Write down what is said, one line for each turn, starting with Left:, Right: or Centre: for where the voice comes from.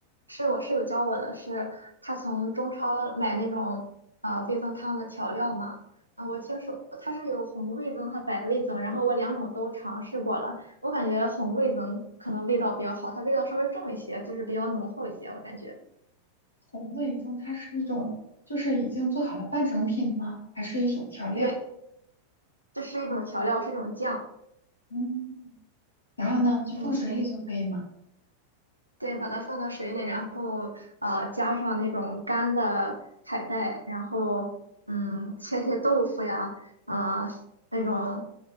Right: 是我室友教我的是，他从中超买那种呃味增汤的调料嘛。啊，我听说它是有红味增和白味增，然后我两种都尝试过了，我感觉红味增可能味道比较好，它味道稍微重一些，就是比较浓厚一些，我感觉。
Left: 红味增它是一种，就是已经做好的半成品吗？还是一种调料？
Right: 对，这是一种调料，是一种酱。
Left: 嗯，然后呢，就放水里就可以吗？
Right: 嗯，对，把它放到水里，然后呃加上那种干的海带，然后嗯切些豆腐呀，啊、那种